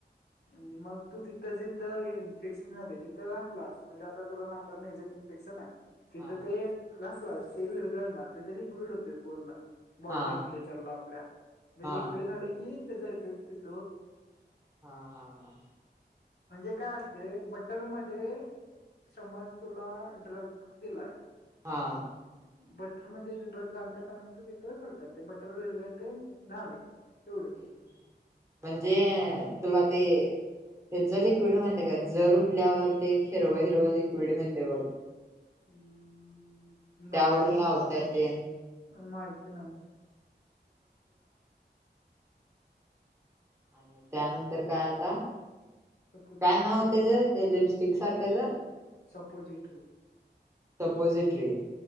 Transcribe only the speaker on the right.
हा
हा
हा
हा
हा हा
हा
हम्म. म्हणजे तुला ते ह्याच लिक्विड माहितय का जर उठल्यावर ते एक हिरवं हिरवं लिक्विड मिळतंय बघ
त्यावर
लावत्यात
ते
आणि त्यानंतर काय आता
काय नाव
त्याज
ते लिपस्टिक सारख्याचं
सपोझिटरी